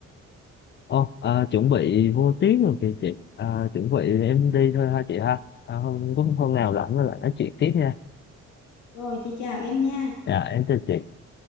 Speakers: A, on the left; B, on the left.
A: Ồ, à, chuẩn bị vô tiếng rồi kìa chị. À, chuẩn bị em đi thôi ha chị ha. À, hôm, hôm nào rảnh rồi lại nói chuyện tiếp nha.
B: rồi chị chào em nha
A: Dạ, em chào chị.